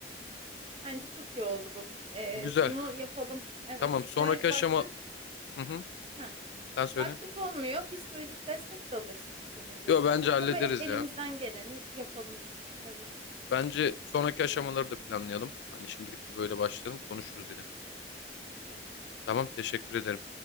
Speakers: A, on the right; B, on the left.
A: Bence çok iyi oldu bu. Ee,
B: Güzel.
A: bunu yapalım. Evet
B: Tamam. Sonraki
A: ve
B: aşama...
A: baktık.
B: Hı hı.
A: Ha,
B: Sen söyle.
A: baktık olmuyor. Psikolojik destek de alırsın bu konuyla
B: Yo
A: ilgili.
B: bence hallederiz
A: Ama elimizden
B: ya.
A: geleni yapalım biz. Evet.
B: Bence sonraki aşamaları da planlayalım. Hani şimdilik bir böyle başlayalım. Konuşuruz yine.
A: Tamam.
B: Tamam. Teşekkür ederim.